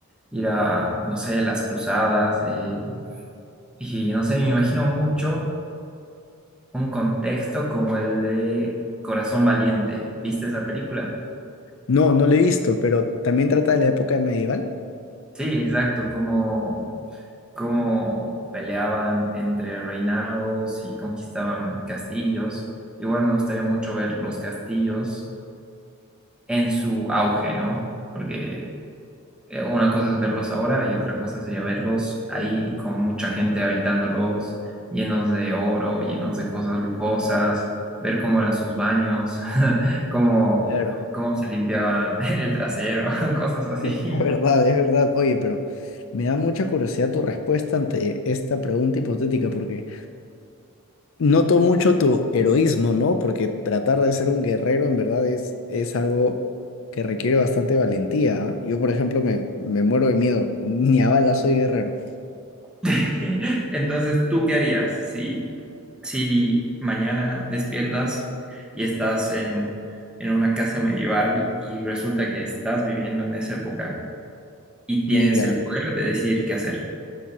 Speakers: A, in the centre; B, on the left.
A: Ir a, no sé, las cruzadas. eh, y no sé, me imagino mucho un contexto como el de Corazón Valiente. ¿Viste esa película?
B: No, no lo he visto, pero también trata de la época medieval.
A: Sí, exacto, como cómo peleaban entre reinados y conquistaban castillos. Igual me gustaría mucho ver los castillos en su auge, ¿no? Porque eh, una cosa es verlos ahora y otra cosa sería verlos ahí con mucha gente habitándolos, llenos de oro, llenos de cosas lujosas, ver cómo eran sus baños, <laughs> cómo,
B: Claro.
A: cómo
B: <laughs>
A: se limpiaban el trasero, <laughs> cosas así.
B: Es verdad, es verdad. Oye, pero me da mucha curiosidad tu respuesta ante esta pregunta hipotética porque Noto mucho tu heroísmo, ¿no? Porque tratar de ser un guerrero en verdad es, es algo que requiere bastante valentía, ¿ah? Yo, por ejemplo, me, me muero de miedo. <laughs> Ni a balas soy guerrero.
A: <laughs> Entonces, ¿tú qué harías si Si mañana despiertas y estás en, en una casa medieval y resulta que estás viviendo en esa época y tienes
B: Mira,
A: el poder de decidir qué hacer.